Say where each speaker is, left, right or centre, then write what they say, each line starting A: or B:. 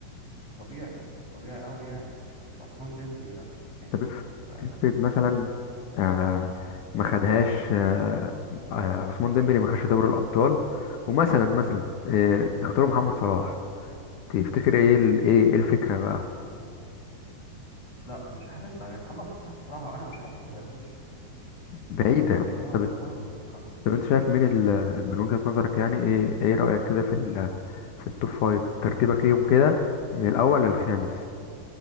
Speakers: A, on the left; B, on the left.
A: طبيعي طبيعي قوي يعني مش مش عثمان ديمبلي لا يعني
B: طب اف-
A: تبقى
B: افرض مثلا آه ما خدهاش آه آه عثمان ديمبلي ما خدش دوري الابطال ومثلا مثلا آه اختاروا محمد صلاح تفتكر ايه ال- ايه إيه الفكرة بقى
A: لا مش حاسسها يعني محمد صلاح بصراحة أنا مش حاسه هيخش
B: بعيدة
A: توب خمسة يعني هو هيبقى
B: طب
A: هو هيبقى توب خمسة
B: طب انت شايف مين ال... من وجهة نظرك يعني ايه ايه رأيك كده في ال... في التوب فايف ترتيبك ليهم كده من الأول للخامس